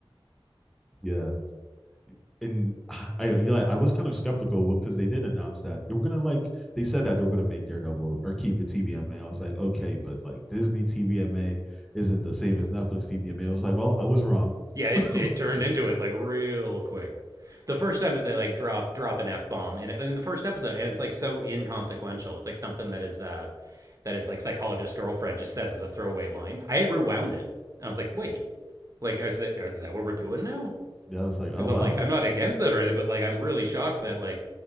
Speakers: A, in the centre; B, on the right.
A: yeah. And I, yeah, I was kind of skeptical because they did announce that they were gonna like they said that they were gonna make Daredevil or keep it TVMA. I was like, okay, but like Disney TVMA isn't the same as Netflix TVMA. I was like, well, I was wrong.
B: Yeah,
A: <laughs>
B: it,
A: mm-hmm.
B: it turned into it like real quick. the first time that they like drop drop an f bomb in it in the first episode, and it's like so inconsequential. It's like something that is uh that is like psychologist girlfriend just says as a throwaway line. I had rewound it, and I was like, wait, like is that is that what we're doing now?
A: Yeah, I was like, oh
B: Because I'm
A: wow,
B: like I'm not against that or anything, but like I'm really shocked that like